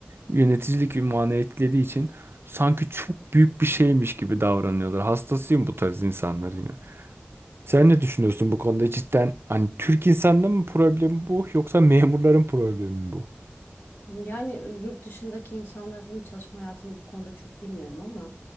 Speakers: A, on the right; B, on the left.
A: yöneticilik ünvanı etkilediği için sanki çok büyük bir şeymiş gibi davranıyorlar. Hastasıyım bu tarz insanların ya. Sen ne düşünüyorsun bu konuda? Cidden hani Türk insanının mı problemi bu yoksa memurların problemi mi bu?
B: Yani yurt dışındaki insanların çalışma hayatını bu konuda çok bilmiyorum ama